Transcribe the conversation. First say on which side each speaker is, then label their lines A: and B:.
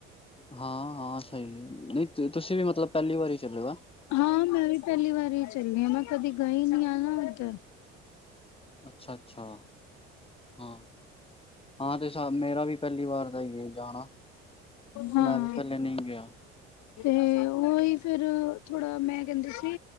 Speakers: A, on the left (about 20°); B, on the left (about 65°).
A: ਹਾਂ-ਹਾਂ ਸਈ ੲੈ, ਨਈ ਤੁਸੀਂ ਵੀ ਮਤਲਬ ਪੈਲੀ ਵਾਰੀ ਚੱਲੇਓ, ਅ
B: ਹਾਂ, ਮੈਂ ਵੀ ਪੈਲੀ ਵਾਰੀ ਚੱਲੀ ਆਂ, ਮੈਂ ਕਦੀ ਗਈ ਨੀ ਆ ਨਾ ਓਧਰ।
A: ਅੱਛਾ-ਅੱਛਾ, ਹਾਂ, ਆਂ ਤੇ ਸਾਬ ਮੇਰਾ ਵੀ ਪੈਲੀ ਵਾਰ ਦਾ ਈਏ ਜਾਣਾ,
B: ਹਾਂ
A: ਮੈਂ ਵੀ ਪੈਲੇ ਨਈ ਗੇਆ
B: ਤੇ, ਓਈ ਫੇਰ ਥੋੜਾ ਮੈਂ ਕੈੰਦੇ ਸੀ